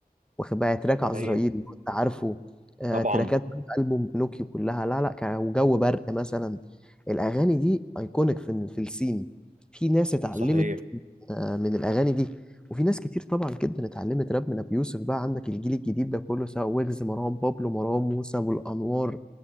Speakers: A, in the centre; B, on the right.
A: واخد بقى تراك
B: صحيح
A: عزرائيل كنت عارفه آه،
B: طبعا
A: تراكات ألبوم بنوكيو كلها لا لا كان وجو برق مثلا الأغاني دي أيكونيك في ال- في السين في ناس اتعلمت
B: صحيح
A: آه، من الأغاني دي وفي ناس كتير طبعا جدا اتعلمت راب من أبي يوسف بقى عندك الجيل الجديد ده كله سواء ويجز مروان بابلو مروان موسى أبو الأنوار